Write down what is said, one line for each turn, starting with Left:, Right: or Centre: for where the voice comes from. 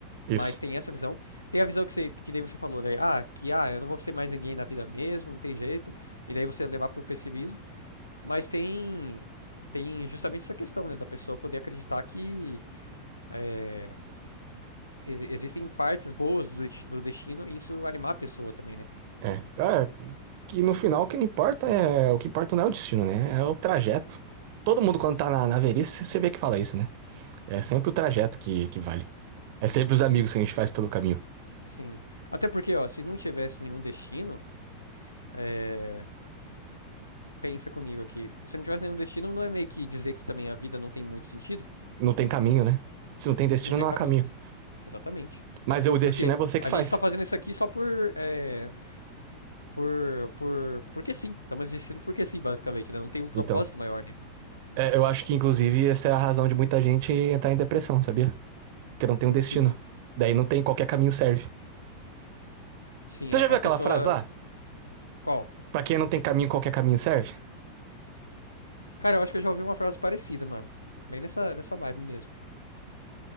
Right: isso.
Left: Mas tem essa visão. Tem a visão que, você, que daí você falou, né? Ah, que ah, eu não vou ser mais ninguém na vida mesmo, não tem jeito. E daí você levar para o pessimismo. Mas tem, tem justamente essa questão, né? Da pessoa poder acreditar que é, exi- existem partes boas do, do destino e isso animar a pessoa também, né?
Right: É. Cara, que no final o que não importa é, o que importa não é o destino, né? É o trajeto. Todo mundo quando tá na, na velhice, você vê que fala isso, né? É sempre o trajeto que, que vale. É sempre os amigos que a gente faz pelo caminho.
Left: Sim. Até porque, ó, se não tivesse nenhum destino, é, pensa comigo aqui. Se não tivesse nenhum destino, não é meio que dizer que também a vida não tem muito sentido?
Right: Não tem caminho, né? Se não tem destino,
Left: Não tem
Right: não
Left: caminho.
Right: há caminho.
Left: Exatamente.
Right: Mas o destino
Left: Porque
Right: é você que
Left: a
Right: faz.
Left: gente tá fazendo isso aqui só por. É, por. por. porque sim. Estamos decidindo porque sim, basicamente, né? Não tem um propósito
Right: Então,
Left: maior, né?
Right: é, eu acho que, inclusive, essa é a razão de muita gente entrar em depressão, sabia? Porque não tem um destino.
Left: Sim.
Right: Daí não tem qualquer caminho serve.
Left: Sim,
Right: Você
Left: a,
Right: já
Left: a
Right: viu aquela
Left: pessoa.
Right: frase lá?
Left: Qual?
Right: Pra quem não tem caminho, qualquer caminho serve?
Left: Cara, eu acho que eu já ouvi uma frase parecida, mano. Bem nessa, nessa vibe mesmo.